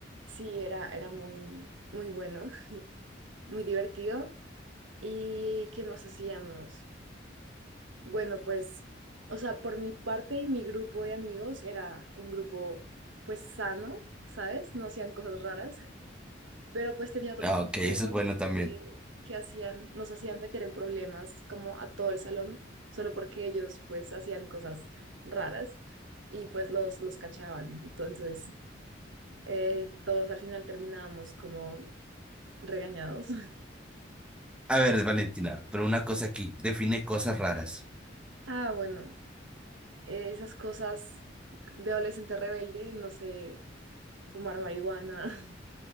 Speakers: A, on the right; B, in the centre.
A: sí, era, era muy, muy bueno, <laughs> muy divertido. ¿Y qué más hacíamos? Bueno, pues, o sea, por mi parte y mi grupo de amigos era un grupo, pues, sano, ¿sabes? No hacían cosas raras. pero pues tenía otros
B: Ah,
A: compañeros
B: ok, eso es bueno también.
A: que, que hacían, nos hacían meter en problemas como a todo el salón, solo porque ellos pues hacían cosas raras y pues los, los cachaban. Entonces, eh, todos al final terminábamos como regañados. <laughs>
B: A ver, Valentina, pero una cosa aquí, define cosas raras.
A: Ah, bueno, eh, esas cosas de adolescente rebelde, no sé, fumar marihuana. <clears throat>